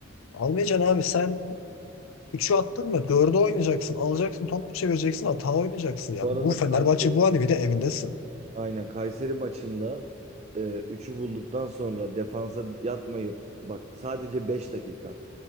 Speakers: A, on the left (about 80°); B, on the right (about 30°).
A: Almayacaksın abi sen üçü attın mı 4'ü oynayacaksın. Alacaksın topu çevireceksin hata oynayacaksın. Ya
B: Bu arada
A: bu Fenerbahçe
B: Kayseri
A: bu hani bir de evindesin.
B: aynen Kayseri maçında e, üçü bulduktan sonra defansa yatmayıp bak sadece beş dakika